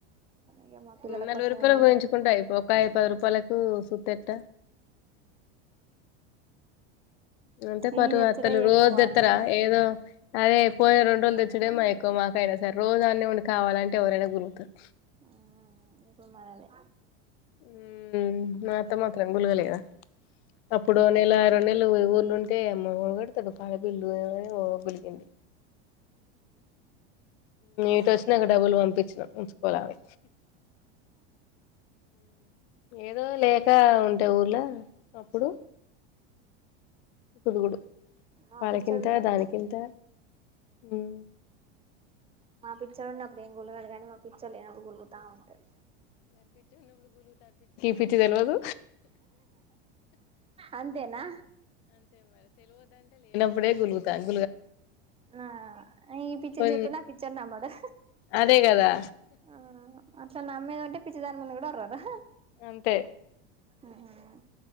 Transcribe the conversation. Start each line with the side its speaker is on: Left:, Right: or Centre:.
Right: ఇక మా పిల్లల
Left: నలభై
Right: కోసమే
Left: రూపాయలు
Right: కానీ
Left: పోయించుకుంటా ఇ ఒక పది రూపాయలకు సూతిట్ట అంతే పాటు
Right: ఈ తెచ్చుడే
Left: అత్తలు రోజెత్తరా
Right: ఎక్కువ అనేసి
Left: ఏదో అదే పోయి రెండు రోజులు తెచ్చుడే మయక్కుమా నైనా సరే రోజు అన్నేఉండి కావాలంటే ఎవరైనా గొనుగుతారు
Right: ఆనీకు మారాలి
Left: హ మాత్త మాత్రం గులుగలేదా అప్పుడు నెల ఆరో నెలలుఊ అంటే అమ్మ ఇడు కాాల బిల్లు గులికింది ఇటుొచ్చినాక డబ్బులు పంపించినం ఉంచుకోలమె ఏదో లేక ఉంటే ఊర్ళ అప్పుడు కుదుగుడు
Right: మా
Left: వాళ్ళకింత
Right: పిచ్చోడు ఉన్నాడు
Left: దానికింత హ
Right: మా పిచ్చర్ ఉన్నప్పుడు ఏం గులుగాడు కాగానీ మా పిచ్చర్ లేనప్పుడు గులుగుతా ఉంటది
Left: పి తెలవాదు
Right: అంతేనా
Left: బడ గులుతాని
Right: ఆ ఈ పిచర్
Left: కొ
Right: చెప్పినిన ఆ పిక్చర్ నమ్మడు
Left: అదే కదా
Right: ఆ అట్లా నమ్మేది అంటే పిచ్చ దా ముంది కూడా అర్రదా
Left: అంతే
Right: హా